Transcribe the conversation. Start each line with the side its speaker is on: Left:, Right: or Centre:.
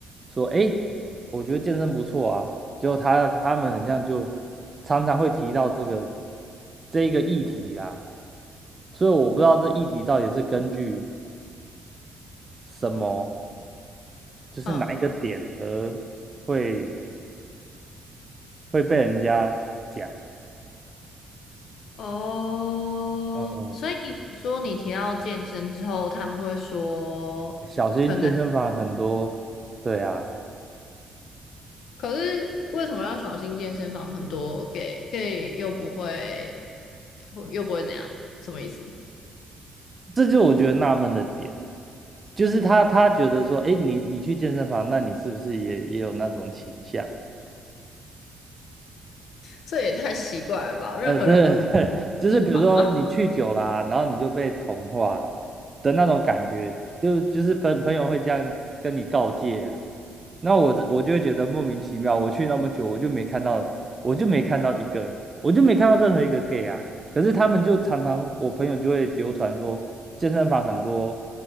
Right: 说，诶，我觉得健身不错啊，结果他他们很像就常常会提到这个这一个议题啦，所以我不知道这议题到底是根据什么，就是哪一个点而会
Left: 嗯。
Right: 会被人家讲，
Left: 哦，
Right: 嗯，
Left: 所以你说你提到健身之后，他们会说可能，
Right: 小心健身房很多，对啊。
Left: 可是为什么要小心健身房很多 gay gay 又不会，又不会怎样？什么意思？
Right: 这就我觉得纳闷的点，就是他他觉得说，哎，你你去健身房，那你是不是也也有那种倾向？
Left: 这也太奇怪了吧！任何人都可
Right: 呃，对对，<laughs> 就是比如说你去久啦、
Left: 以放啊。<laughs>
Right: 然后你就被同化了的那种感觉，就就是朋朋友会这样跟你告诫啊。那我这我就会觉得莫名其妙，我去那么久，我就没看到，我就没看到一个，我就没看到任何一个 gay 啊。可是他们就常常，我朋友就会流传说，健身房很多，